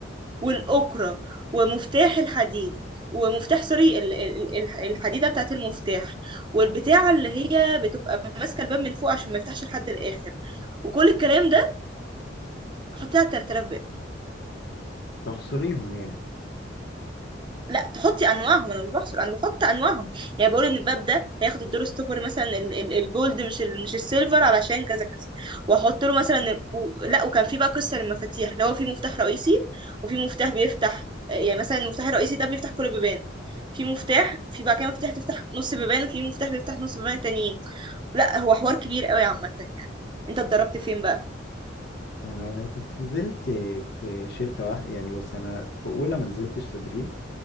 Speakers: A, on the right; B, on the left.
A: والأكرة ومفتاح الحديد ومفتاح سوري ال- ال- ال- الحديدة بتاعت المفتاح والبتاعة اللي هي بتبقى ماسكة الباب من فوق عشان ما يفتحش لحد الآخر وكل الكلام ده حطيه على الترترة
B: تحصريهم يعني
A: لا تحطي انواعهم انا مش بحصر انا بحط انواعهم يعني بقول ان الباب ده هياخد الدور ستوبر مثلا ال- ال- الجولد مش ال مش السيلفر علشان كذا كذا واحط له مثلا ال- و... لا وكان في بقى قصه للمفاتيح اللي هو في مفتاح رئيسي وفي مفتاح بيفتح يعني مثلا المفتاح الرئيسي ده بيفتح كل البيبان في مفتاح في بقى كده مفتاح تفتح نص بيبان وفي مفتاح بيفتح نص بيبان تانيين لا هو حوار كبير قوي عامه يعني انت اتدربت فين بقى
B: انا كنت نزلت في شركة واحدة يعني بص انا في اولى ما نزلتش تدريب